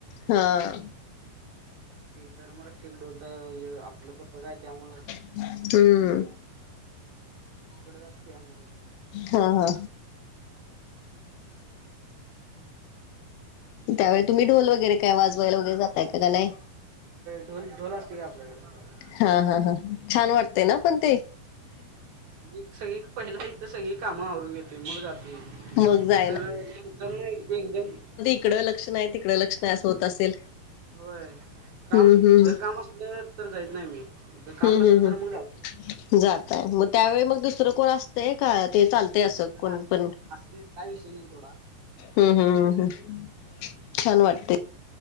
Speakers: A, on the left (about 85°); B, on the right (about 55°).
A: हा
B: धर्मरक्षक ढोलत हे आपलं पथ का आहे त्यामुळं
A: हम
B: इकडे जा असते आमला
A: हा हा त्यावे तुम्ही
B: म्हणलं
A: ढोल वगैरे काय वाजवायलागे जातय काय नाही
B: ढोल ढोल असते का आपल्याकडे
A: हा हा हा छान वाटतेय ना पण ते
B: एक सग पहिला इथ सगळी कामं आवरून घेते मग जाते
A: मग जायला
B: तरंत नाही एकदम
A: तिकडं लक्ष नाही आहे तिकडं लक्षण नाही असं होत असेल
B: होय काम
A: हम्म हम्म
B: जर काम असलं तर जायच नाही मी जर काम
A: हम्म
B: नसलं तर
A: हम् हम्
B: मग जातो.
A: जातय मग त्यावेळी मग दुसरं कोण असतंय का ते चालत ते असं
B: नाही
A: कोण
B: असते
A: पण
B: असते काय विषय नाही सोडा
A: हम्म हम्म हम् हम् छान वाटते